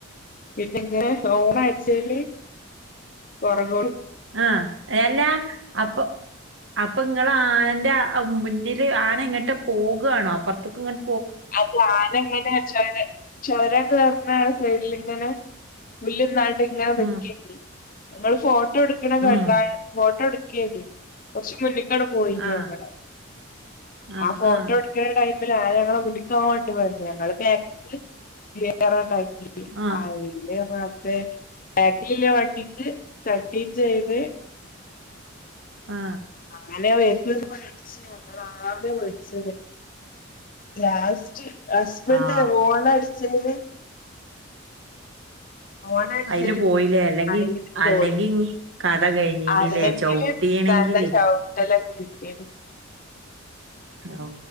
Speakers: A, on the left; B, on the right.
A: പിന്നെങ്ങ ഓണ അടിച്ചല് പുറക
B: ആ എല്ലാ അപ്പൊ- അപ്പൊ ഇങ്ങ ആനന്റെ മുന്നില് ആന ഇങ്ങോട്ട് പോകുകയാണോ അപ്പുറത്തേക്ക ഇങ്ങ-
A: അതഞാന എങ്ങനെ ചര ചര സൈഡിൽ ഇങ്ങനെ പുല്ലട്ട് ഇങ്ങന വെക്ക
B: ഉം
A: ഫോ ഫട്ട എടുക്കണ
B: ഉം
A: കണ്ട ഫോട്ടോ എടുക്കേ കുറച്ച് മുന്ന- അടെ പോയിട്ട്
B: ആഹ്
A: ഞങ്ങ
B: ആഹ്
A: ആ ഫോട്ടോ
B: ആഹ്
A: എടുക്ക ടൈമിൽ ആ ഞങ്ങ- ണ്ട് വണ്ട് ഞങ്ങള് ബാക്ക വേറണ്ടാക്കി
B: ആഹ്
A: അതില് റബ്ബേ ബാക്കല്ല വണ്ടി തട്ടീ ചെയ്ത്
B: ആ
A: ഞനെ വരുന്ന മേടിച്ച ഞങ്ങാവിലെ മേടിച്ച ലാസ്റ്റ് ഹസ്ബൻഡ
B: ആഹ്
A: ഹോണ അടിച്ചേന് ഓണ അടിച്ച
B: അയില് പോയില്ലേ അല്ലെങ്കി
A: അരിൽ പോയി
B: അല്ലെങ്കി കഥ കഴിഞ്ഞീനില്ലേ
A: അരുെങ്കില്
B: ചവിട്ടീണെങ്കില്
A: നല്ലല്ല ശവിട്ടലക്കേ കിട്ടിനെ
B: ഓ